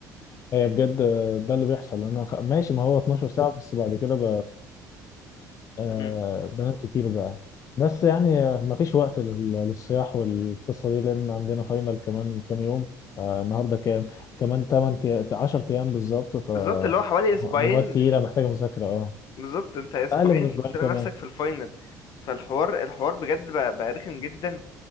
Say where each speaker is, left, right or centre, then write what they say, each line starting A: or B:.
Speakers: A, on the left; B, on the left.
A: هي بجد آه، ده اللي بيحصل انا خ... ماشي ما هو 12 ساعة بس بعد كده ب... آه
B: امم
A: بنام كتير بقى بس يعني آه، مفيش وقت لل... للصياح والقصة دي لأن عندنا فاينل كمان كام يوم آه النهاردة كام كمان 8 تي... 10 أيام بالظبط ف
B: بالظبط اللي هو حوالي اسبوعين
A: مواد تقيلة محتاجة مذاكرة اه
B: بالظبط انت اسبوعين
A: أقل من أسبوعين
B: وتلاقي
A: كمان
B: نفسك في الفاينل فالحوار الحوار بجد بقى, بقى رخم جدا